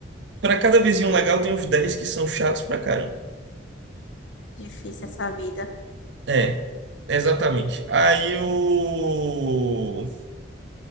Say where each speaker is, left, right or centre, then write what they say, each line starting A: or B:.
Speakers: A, on the right (about 70°); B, on the left (about 75°).
A: pra cada vizinho legal tem uns dez que são chatos pra caramba.
B: Difícil essa vida.
A: É, exatamente. Aí o.